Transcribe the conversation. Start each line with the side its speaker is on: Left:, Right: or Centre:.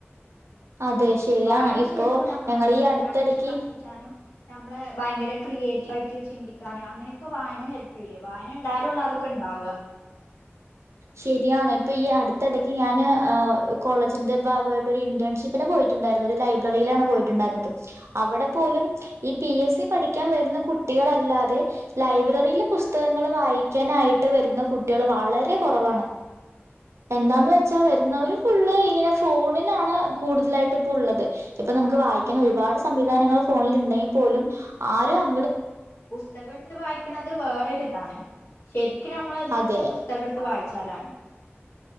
Right: അതെ ശരിയാണ്
Left: വായന
Right: ഇപ്പോ
Left: ശരിക്കും നമ്മളെ
Right: ഞങ്ങളീ
Left: ചിന്താശേഷി
Right: അടുത്തിടക്ക്
Left: വർധിച്ചാനും നമ്മളെ ഭയങ്കര. ക്രിയേറ്റീവയിട്ട് ചിന്തിക്കാനും അങ്ങനൊക്കെ വായന ഹെല്പ് യൂലെ വായന ണ്ടായുലുള്ളു അതൊക്കെ ണ്ടാവ. <inaudible>
Right: ശെരിയാണ് ഇപ്പൊ ഈ അടുത്തിടയ്ക്ക് ഞാന് ഏ ഓ കോളേജിന്റെ ഭാഗായിട്ട് ഒരു ഇന്റേൺഷിപ്പിന് പോയി ട്ടുണ്ടായിര്ന്ന് ഒര് ലൈബ്രറീലാണ് പോയിട്ടുണ്ടായിരുന്നത് അവിടെ പോലും ഈ പി എസ് സി പഠിക്കാൻ വരുന്ന കു കുട്ടികളല്ലാതെ ലൈബ്രറിയില് പുസ്തകങ്ങൾ വായിക്കാനായിട്ട് വരുന്ന കുട്ടികൾ വളരെ. കൊറവാണ്. എന്താന്ന് വെച്ചാ വരുന്നവര് ഫുള്ള് ഇങ്ങനെ ഫോണിലാണ് കൂടുതലായിട്ട് ഇപ്പുള്ളത്. ഇപ്പൊ നമുക്ക് വായിക്കാൻ ഒരുപാട് സംവിധാനങ്ങൾ ഫോണിൽ ഉണ്ടെങ്കി പോലും ആരും അ
Left: പുസ്തകട്ത്ത് വായിക്കണത് വേറൊരിതാണ് ശെരിക്ക് നമ്മളത്
Right: അത്
Left: കിട്ടാ പുസ്തകട്ത്ത് വായി ചലാണ്.